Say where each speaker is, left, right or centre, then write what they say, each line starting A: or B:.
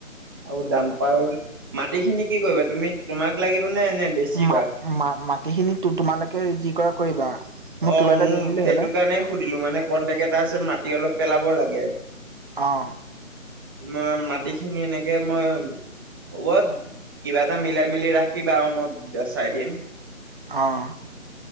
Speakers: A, on the right (about 15°); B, on the right (about 40°).
A: আৰু দাম্পাৰৰ, মাটি খিনি কি কৰিবা তুমি তোমাক লাগিব নে নে বেচিবা?
B: মা মা মাটিখিনি তোমালোকে যি কৰা কৰিবা। মোক
A: অ'
B: কিবা এটা
A: মোৰ
B: দি দিলেই
A: সেইটো
B: হ'ল
A: কাৰণে সুধিলো মানে কন্ট্ৰেক্ট এটা আছে মাটি অলপ পেলাব লাগে।
B: অ'।
A: তোমাৰ মাটি খিনি এনেকে মই হ'ব কিবা এটা মিলাই মিলি ৰাখিবা আৰু, মই বেচাই দিম।
B: অ'